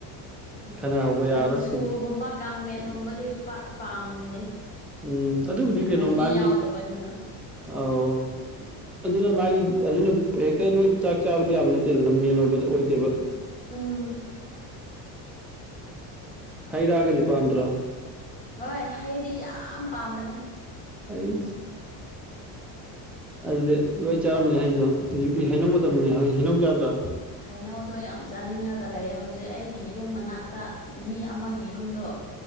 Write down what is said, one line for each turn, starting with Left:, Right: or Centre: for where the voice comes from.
Centre: ꯈꯠꯅꯍꯧꯕ
Left: ꯀꯥꯡꯁꯨꯒꯨꯝꯕ
Centre: ꯌꯥꯔꯔꯣꯏ ꯁꯤꯗꯤ
Left: ꯀꯥꯡꯃꯦꯠꯀꯨꯝꯕꯗꯤ ꯄ ꯄꯥꯝꯗꯦ
Centre: ꯎꯝ ꯑꯗꯨꯕꯨꯗꯤ ꯀꯩꯅꯣ
Left: ꯃꯍꯤ
Centre: ꯃꯥꯒꯤ
Left: ꯌꯥꯎꯗꯕꯅꯤꯅ
Centre: ꯑꯥꯎ ꯑꯗꯨꯅ ꯃꯥꯒꯤ ꯑꯗꯨꯅ ꯍꯦꯛꯇ ꯂꯣꯏ ꯆꯥꯛ ꯆꯥꯕꯗꯤ ꯌꯥꯕ ꯅꯠꯇꯦꯗꯅ ꯃꯦꯟ ꯑꯣꯏꯕ ꯑꯣꯏꯗꯦꯕ
Left: ꯎꯝ
Centre: ꯍꯩꯔꯛꯑꯒꯗꯤ ꯄꯥꯝꯗ꯭ꯔꯣ
Left: ꯍꯣꯏ ꯍꯩꯗꯤ ꯌꯥꯝ ꯄꯥꯝꯕꯅꯦ
Centre: ꯑꯩ ꯑꯗꯨꯗꯤ ꯂꯣꯏ ꯆꯥꯔꯝꯕꯅꯤ ꯍꯥꯏꯁꯨ ꯍꯧꯖꯤꯛꯇꯤ ꯍꯩꯅꯧ ꯃꯇꯝꯅꯤ ꯍꯩꯅꯧ ꯆꯥꯗ꯭ꯔꯥ
Left: ꯍꯩꯅꯎꯗꯣ ꯌꯥꯝ ꯆꯥꯅꯤꯡꯉꯒ ꯂꯩꯌꯦ ꯍꯧꯖꯤꯛ ꯑꯩꯒꯤ ꯌꯨꯝ ꯃꯅꯥꯛꯇ ꯃꯤ ꯑꯃꯒꯤ ꯌꯨꯝꯗꯣ